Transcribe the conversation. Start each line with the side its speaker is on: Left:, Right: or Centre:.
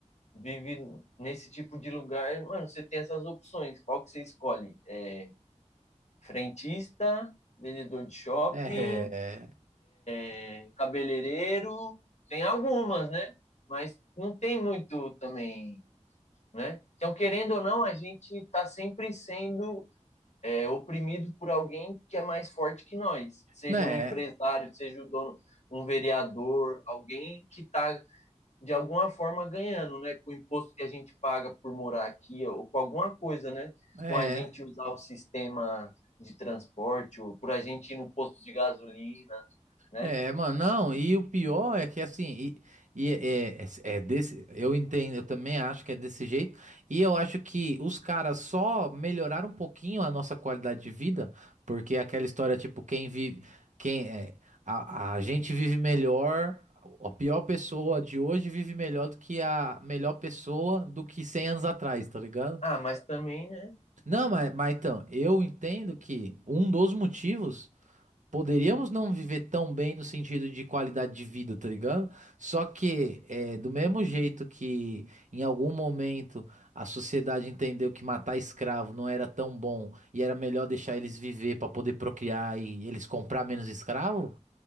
Left: vive nesse tipo de lugar, mano, você tem essas opções. Qual que você escolhe? É, frentista, vendedor de shopping,
Right: É, é,
Left: é, cabeleireiro, tem algumas, né? Mas não tem muito também, né? Então, querendo ou não, a gente está sempre sendo é, oprimido por alguém que é mais forte que nós, seja
Right: né?
Left: um empresário, seja o dono, um vereador, alguém que está de alguma forma ganhando, né, com o imposto que a gente paga por morar aqui ou com alguma coisa, né,
Right: É. é.
Left: com a gente usar o sistema de transporte ou por a gente ir no posto de gasolina, né?
Right: É, mano, não, e o pior é que assim, e, e é, é- é desse, eu entendo, eu também acho que é desse jeito, e eu acho que os caras só melhoraram um pouquinho a nossa qualidade de vida, porque é aquela história, tipo, quem vive, quem é, a, a gente vive melhor, a pior pessoa de hoje vive melhor do que a melhor pessoa do que 100 anos atrás, tá ligado?
Left: Ah, mas também, né?
Right: Não, mas, mas então, eu entendo que um dos motivos. Poderíamos não viver tão bem no sentido de qualidade de vida, tá ligado? Só que, é, do mesmo jeito que em algum momento a sociedade entendeu que matar escravo não era tão bom e era melhor deixar eles viver para poder procriar e eles comprar menos escravo,